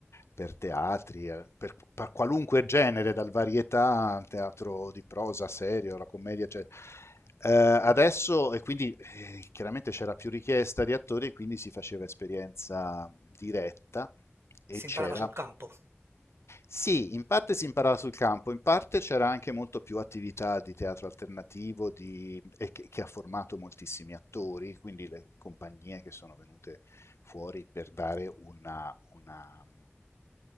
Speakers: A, on the left; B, on the right.
A: per teatri, eh, per, per qualunque genere, dal varietà al teatro di prosa, serio, alla commedia, eccetera. Eh, adesso, e quindi eh, chiaramente c'era più richiesta di attori, quindi si faceva esperienza diretta e
B: Si
A: c'era
B: imparava sul campo.
A: sì, in parte si imparava sul campo, in parte c'era anche molto più attività di teatro alternativo di- e che, che ha formato moltissimi attori, quindi le compagnie che sono venute fuori per dare una, una-